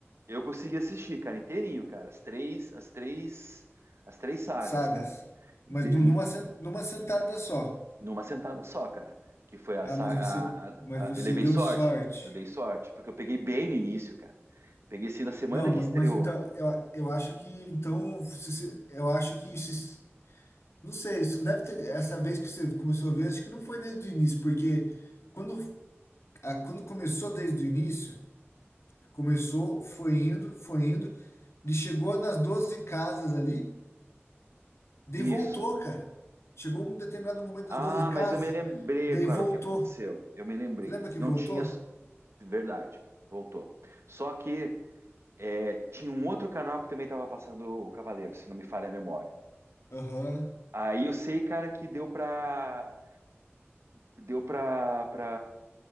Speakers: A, on the right; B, on the left.
A: eu consegui assistir, cara, inteirinho, cara, as três, as três, as três sagas,
B: sagas,
A: cara, de-
B: mas nu- numa, sen- numa sentada só.
A: numa sentada só, cara, que foi a
B: Ah,
A: saga,
B: mas você,
A: a, a-
B: mas você
A: a- eu levei
B: deu
A: sorte,
B: sorte.
A: eu dei sorte, porque eu peguei bem no início, cara, eu peguei assim na semana
B: Não,
A: que
B: ma-
A: estreou,
B: mas, então eu, a- eu acho que então se- se- eu acho que se- não sei, isso não deve ter essa vez que você começou a ver, acho que não foi desde o início, porque quando a- quando começou desde o início Começou, foi indo, foi indo. Ele chegou nas 12 casas ali, daí
A: isso.
B: voltou, cara. Chegou um determinado momento das
A: Ah,
B: 12 casas,
A: mas eu me lembrei,
B: daí
A: cara,
B: voltou.
A: o que aconteceu, eu me lembrei,
B: Você lembra que
A: não
B: voltou?
A: tinha, verdade, voltou, só que é, tinha um outro canal que também estava passando o Cavaleiro, se não me falha a memória,
B: Aham,
A: Aí eu sei, cara, que deu pra. Deu pra. pra.